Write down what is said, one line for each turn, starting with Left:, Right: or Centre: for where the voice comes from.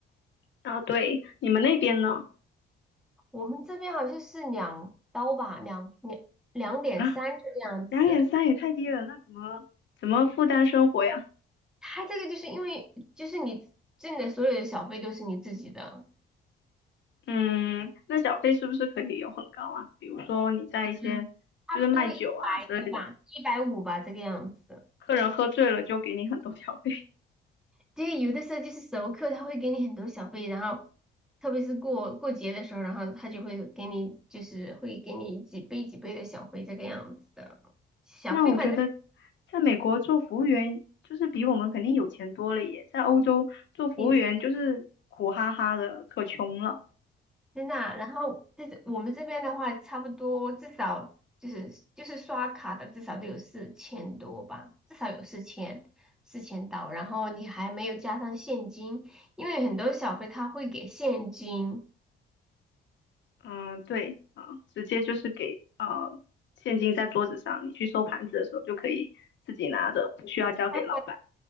Left: 啊，对，你们那边呢？
Centre: 我们这边好像是两刀吧，两两两点三这个样子。
Left: 啊，两点三也太低了，那怎么怎么负担生活呀？
Centre: 它这个就是因为就是你挣的所有的小费都是你自己的，
Left: 嗯，那小费是不是可以有很高啊？比如说你在一些就是卖酒啊之类的，
Centre: 嗯，差不多一百多吧，一百五吧这个样子。
Left: 客人喝醉了就给你很多小费。<laughs>
Centre: 对，有的时候就是熟客他会给你很多小费，然后特别是过过节的时候，然后他就会给你就是会给你几倍几倍的小费这个样子的。小费反正
Left: 那我觉得在美国做服务员就是比我们肯定有钱多了耶，在欧洲做服务员就是苦哈哈的，
Centre: 你。
Left: 可穷了。
Centre: 真的啊然后这我们这边的话，差不多至少就是就是刷卡的，至少都有四千多吧，至少有四千四千刀。然后你还没有加上现金，因为很多小费他会给现金，
Left: 嗯，对啊，直接就是给啊现金在桌子上，你去收盘子的时候就可以自己拿着，不需要交给老板。
Centre: 对，